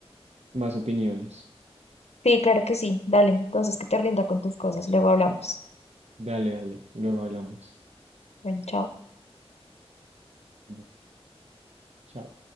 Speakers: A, on the right; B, on the left.
A: más opiniones.
B: Sí, claro que sí. Dale, entonces que te rinda con tus cosas. Luego hablamos.
A: Dale, dale, luego hablamos.
B: Bueno, chao.
A: Bueno, Chao.